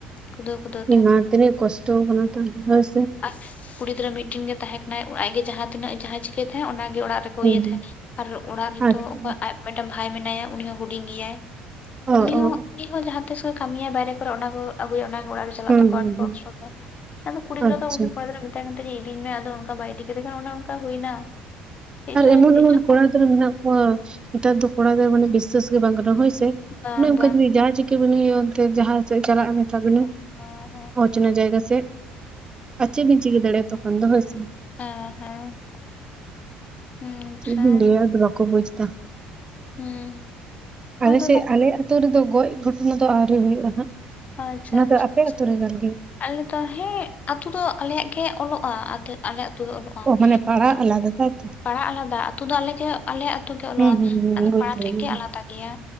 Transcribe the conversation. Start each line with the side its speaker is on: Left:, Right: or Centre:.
Left: ᱠᱷᱩᱫᱟᱹᱣ ᱠᱷᱩᱫᱟᱹᱣ ᱛᱮ
Right: <inaudible> ᱤᱢᱟ ᱛᱤᱱᱟᱹᱜ ᱠᱚᱥᱴᱚ ᱣᱟᱠᱟᱱᱟ ᱛᱟᱦᱚᱞᱮ ᱦᱚᱭ ᱥᱮ᱾
Left: ᱟᱨ ᱠᱩᱲᱤ ᱜᱤᱫᱽᱨᱟᱹ ᱢᱤᱫᱴᱮᱱ ᱜᱮ ᱛᱟᱦᱮᱸ ᱠᱟᱱᱟᱭ ᱟᱡ ᱜᱮ ᱡᱟᱦᱟᱸ ᱛᱤᱱᱟᱹᱜ ᱮ ᱡᱟᱦᱟᱸ ᱪᱤᱠᱟᱹᱭ ᱛᱟᱦᱮᱫ ᱚᱱᱟ ᱜᱮ ᱚᱲᱟᱜ ᱨᱮ ᱠᱚ
Right: ᱦᱩᱸ
Left: ᱤᱭᱟᱹ ᱛᱟᱦᱮᱸᱱ
Right: ᱦᱩᱸ
Left: ᱟᱨ ᱚᱲᱟᱜ ᱨᱮᱫᱚ
Right: ᱟᱪᱪᱷᱟ
Left: ᱚᱠᱚᱭ
Right: ᱟᱪᱪᱷᱟ
Left: ᱟᱡ ᱯᱟᱴᱮ ᱵᱷᱟᱭ ᱢᱮᱱᱟᱭᱟ ᱩᱱᱤ ᱦᱚᱸ ᱦᱩᱰᱤᱧ ᱜᱮᱭᱟᱭ᱾
Right: ᱚ
Left: ᱩᱱᱤ ᱦᱚᱸ
Right: ᱚ
Left: ᱩᱱᱤ ᱦᱚᱸ ᱡᱟᱦᱟᱸ ᱛᱤᱥ ᱮ ᱠᱟᱹᱢᱤᱭᱟ ᱵᱟᱭᱨᱮ ᱠᱚᱨᱮ ᱚᱱᱟ ᱠᱚ ᱟᱹᱜᱩᱭᱟ ᱚᱱᱟ ᱜᱮ ᱚᱲᱟᱜ ᱪᱟᱞᱟᱜ
Right: ᱦᱩᱸ
Left: ᱛᱟᱠᱚᱣᱟ
Right: ᱦᱩᱸ ᱦᱩᱸ
Left: <inaudible> ᱟᱫᱚ ᱠᱩᱲᱤ ᱜᱤᱫᱽᱨᱟᱹ
Right: ᱟᱪᱪᱷᱟ
Left: ᱫᱚ ᱩᱱᱤ ᱠᱚᱲᱟ ᱛᱟᱭᱚᱢ ᱛᱮ ᱞᱟᱹᱭᱟᱭ ᱤᱫᱤᱧ ᱢᱮ ᱟᱫᱚ ᱚᱱᱠᱟ ᱵᱟᱭ ᱤᱫᱤ ᱠᱮᱫᱮ ᱠᱮᱠᱷᱟᱱ ᱚᱱᱮ ᱚᱱᱠᱟ ᱦᱩᱭᱱᱟ᱾ ᱪᱮᱫ
Right: ᱟᱨ
Left: ᱪᱚᱭ
Right: ᱮᱢᱚᱱ
Left: ᱪᱮᱫ
Right: ᱮᱢᱚᱱ
Left: ᱪᱚ
Right: ᱠᱚᱲᱟ ᱜᱤᱫᱽᱨᱟᱹ ᱢᱮᱱᱟᱜ ᱠᱚᱣᱟ ᱱᱮᱛᱟᱨ ᱫᱚ ᱠᱚᱲᱟ ᱜᱤᱫᱽᱨᱟᱹ ᱢᱟᱱᱮ ᱵᱤᱥᱥᱟᱹᱥ ᱜᱮ ᱵᱟᱝ ᱜᱟᱱᱚᱜᱼᱟ ᱦᱚᱭ ᱥᱮ᱾
Left: ᱵᱟᱝ
Right: ᱚᱱᱮ ᱚᱱᱠᱟ
Left: ᱵᱟᱝ
Right: ᱡᱩᱤ ᱡᱟᱦᱟᱸ ᱪᱤᱠᱟᱹ <unintelligible> ᱡᱟᱦᱟᱸ ᱥᱮᱫ ᱪᱟᱞᱟᱜᱼᱮ
Left: ᱦᱮᱸ
Right: ᱢᱮᱛᱟ ᱵᱤᱱᱟ?
Left: ᱦᱮᱸ ᱦᱮᱸ
Right: ᱪᱚᱱᱟ ᱡᱟᱭᱜᱟ ᱥᱮᱫ <inaudible> ᱟᱨ ᱪᱮᱫ ᱵᱤᱱ ᱪᱤᱠᱟᱹ ᱫᱟᱲᱮᱭᱟᱜᱼᱟ ᱛᱚᱠᱷᱚᱱ ᱫᱚ ᱦᱚᱭ ᱥᱮ᱾
Left: ᱦᱮᱸ ᱦᱮᱸ᱾ ᱦᱮᱸ ᱟᱪᱪᱷᱟ
Right: ᱪᱮᱫ ᱵᱤᱱ ᱞᱟᱹᱭᱟ ᱟᱫᱚ ᱵᱟᱠᱚ ᱵᱩᱡᱽᱫᱟ
Left: ᱦᱩᱸ
Right: <inaudible> ᱟᱞᱮ
Left: ᱟᱫᱚ
Right: ᱥᱮᱫ
Left: ᱛᱟᱯ-
Right: ᱟᱞᱮᱭᱟᱜ ᱟᱛᱩ ᱨᱮᱫᱚ ᱜᱚᱡ ᱜᱷᱚᱴᱚᱱᱟ ᱫᱚ ᱟᱹᱣᱨᱤ ᱦᱩᱭᱩᱜᱼᱟ ᱦᱟᱸᱜ,
Left: ᱟᱪᱪᱷᱟ
Right: ᱚᱱᱟ ᱫᱚ
Left: ᱟᱪᱪᱷᱟ
Right: ᱟᱯᱮ
Left: ᱟᱪᱪᱷᱟ᱾
Right: ᱟᱛᱳ ᱨᱮ ᱠᱟᱱ ᱜᱮᱭᱟ᱾
Left: ᱟᱞᱮ ᱫᱚ ᱦᱮᱸ ᱟᱛᱩ ᱫᱚ ᱟᱞᱮᱭᱟᱜ ᱜᱮ ᱚᱞᱚᱜᱼᱟ ᱟᱛᱮᱫ ᱟᱞᱮ ᱟᱹᱛᱩ ᱜᱮ ᱚᱞᱚᱜᱼᱟ᱾
Right: ᱚ ᱢᱟᱱᱮ ᱯᱟᱲᱟ
Left: ᱛᱩ
Right: ᱟᱞᱟᱫᱟ ᱛᱟᱭᱛᱚ
Left: ᱯᱟᱲᱟ ᱟᱞᱟᱫᱟ ᱟᱹᱛᱩ ᱫᱚ ᱟᱞᱮ ᱜᱮ ᱟᱞᱮ ᱟᱹᱛᱩ ᱜᱮ ᱚᱞᱚᱜᱼᱟ
Right: ᱦᱩᱸ ᱦᱩᱸ ᱦᱩᱸ
Left: ᱟᱫᱚ
Right: ᱵᱩᱡᱽ
Left: ᱯᱟᱲᱟ
Right: ᱫᱟᱲᱮᱭᱟᱫᱟᱹᱧ
Left: ᱴᱷᱮᱡ ᱜᱮ ᱟᱞᱟᱫᱟ ᱜᱮᱭᱟ᱾